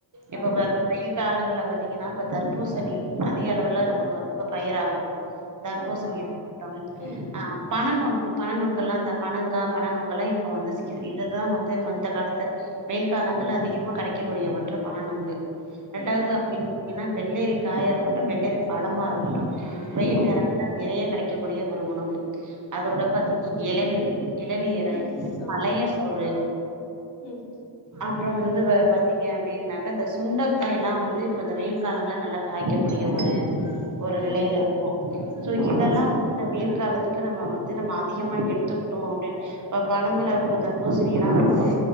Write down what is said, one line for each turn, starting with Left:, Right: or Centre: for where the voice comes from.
Right: இப்போ
Left: ஆமா
Right: ப வெயில் காலங்களல பாத்தீங்கன்னா இப்ப தர்பூசணி அதிக அளவுல
Left: ம்
Right: நமக்கு வந்து இப்ப பயிராகு தர்பூசணியா
Left: ஆமா ஆமா
Right: இருக்கட்டும்
Left: ம்
Right: அ பண நுங்கு பண நொங்கலா அந்த பணங்கா பண நொங்கல்லா இப்போ வந்து சி இது தா வந்து இப்போ இந்த காலத்த வெயில் காலங்கள்ல
Left: ம்
Right: அதிகமா கெடைக்கக்கூடிய ஒன்று பண நுங்கு இரண்டாவது
Left: ம் ம்
Right: அப்டி பாத்திங்கன்னா வெள்ளரி காயா இருக்கட்டு வெள்ளரி பழமா இருக்கட்டு வெயில்
Left: ம்
Right: நேர ங்கல்ல நெறைய கெடைக்கக்கூடிய ஒரு உணவு அதோட
Left: ம்
Right: பாத்தீங்க எளநீர் இளநீரை
Left: ம் ஆமா
Right: பழைய சோறு
Left: ம்
Right: அப்புறம் வந்து வ பாத்தீங்க அப்டின்னாக்கா இந்த சுண்டைக்காய் எல்லா வந்து இப்ப இந்த வெயில் காலங்கள்ல நல்லா காய்க்கக்கூடிய ஒரு ஒரு
Left: ம்
Right: நிலையில
Left: ம்
Right: இருக்கு சோ இதெல்லா
Left: ம் சரி
Right: வந்து வெயில் கலத்துக்கு நம்ம வந்து நம்ம அதிகமா எடுத்துக்குட்டோ அப்டி இப்ப பழங்களா
Left: ம்
Right: இருக்கட்டு தர்பூ சண்டிலா வந்து